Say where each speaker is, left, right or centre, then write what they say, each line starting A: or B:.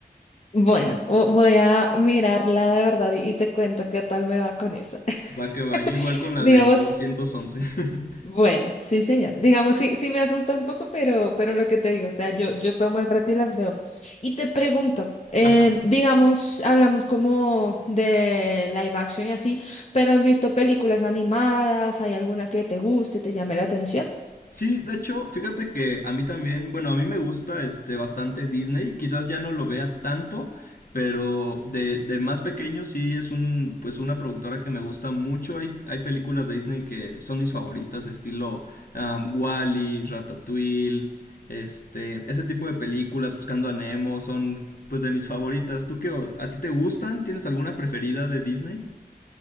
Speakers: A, on the left; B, on the left.
A: Bueno, vo- voy a mirarla de verdad y, y te cuento qué tal me va con eso.
B: Va que va, yo igual
A: <laughs>
B: con la
A: Digamos,
B: de 911. <laughs>
A: bueno, sí, señor. Digamos, sí, sí me asusta un poco, pero, pero lo que te digo, o sea, yo, yo tomo el reto y las veo. Y te pregunto, eh,
B: Ajá.
A: digamos, hablamos como de live action y así, pero ¿has visto películas animadas? ¿Hay alguna que te guste, te llame la atención?
B: Sí, de hecho, fíjate que a mí también, bueno, a mí me gusta este bastante Disney, quizás ya no lo vea tanto, pero de, de más pequeño sí es un pues una productora que me gusta mucho. Hay, hay películas de Disney que son mis favoritas, estilo Wally, Ratatouille, este, ese tipo de películas, Buscando a Nemo, son pues de mis favoritas. ¿Tú qué o- a ti te gustan? ¿Tienes alguna preferida de Disney?